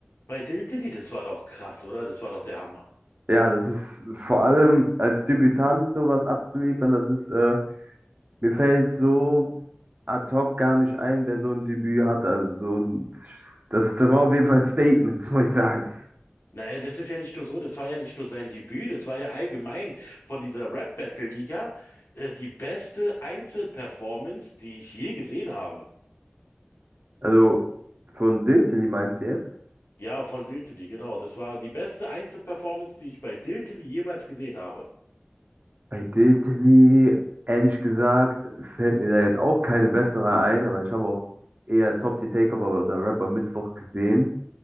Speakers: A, on the left; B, on the right.
A: bei Dill Diddy, das war doch krass, oder? Das war doch der Hammer.
B: Ja, das ist vor allem als Debütant sowas abzuliefern, das ist, äh, mir fällt so ad hoc gar nicht ein, wer so ein Debüt hatte. Also so ein, das, das war auf jeden Fall ein Statement, <laughs> muss ich sagen.
A: Naja, das ist ja nicht nur so, das war ja nicht nur sein Debüt, das war ja allgemein von dieser Rap-Battle-Liga äh, die beste Einzelperformance, die ich je gesehen habe.
B: Also von Dilltilly meinst du jetzt?
A: Ja, von Diltily, genau. Das war die beste Einzelperformance, die ich bei Diltily jemals gesehen habe.
B: Bei Diltily, ehrlich gesagt, fällt mir da jetzt auch keine bessere ein, aber ich habe auch eher Top Tier Takeover oder Rap am Mittwoch gesehen,